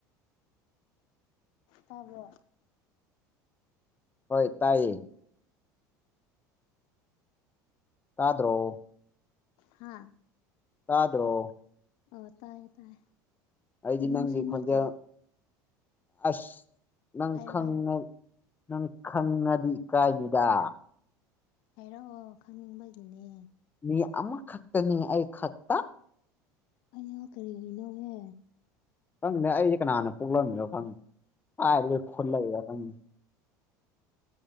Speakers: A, on the left (about 50°); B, on the left (about 20°).
A: ꯇꯥꯕ꯭ꯔꯣ
B: ꯍꯣꯏ ꯇꯥꯏꯌꯦ ꯇꯗ꯭ꯔꯣ
A: ꯍꯥꯥ
B: ꯇꯗ꯭ꯔꯣ
A: ꯑꯣ ꯇꯥꯏꯌꯦ ꯇꯥꯏꯌꯦ
B: ꯑꯩꯗꯤ
A: ꯏꯃꯨꯡꯁꯦ
B: ꯅꯪꯒꯤ ꯈꯣꯟꯖꯦꯜ
A: ꯃꯤ ꯀꯌꯥ
B: ꯑꯁ ꯅꯪ
A: ꯍꯥꯏꯔꯣ
B: ꯈꯪꯉꯦ
A: ꯍꯥꯏꯔꯣ
B: ꯅꯪ ꯈꯪ ꯉꯗꯤ ꯀꯥꯏꯅꯤꯗ
A: ꯍꯥꯏꯔꯛꯑꯣ ꯈꯪꯅꯤꯡꯕꯒꯤꯅꯦ
B: ꯃꯤ ꯑꯃꯈꯛꯇꯅꯤ ꯑꯩ ꯈꯛꯇ
A: ꯑꯩꯋꯥ ꯀꯔꯤꯒꯤꯅꯣꯍꯦ
B: ꯈꯪꯗꯦ ꯑꯩꯗꯤ ꯀꯅꯥꯅ ꯄꯣꯛꯂꯝꯃꯤꯅꯣ ꯈꯪꯗꯦ ꯍꯥꯏꯔꯤꯕ ꯈꯨꯟꯂꯛꯏꯔ ꯈꯪꯗꯦ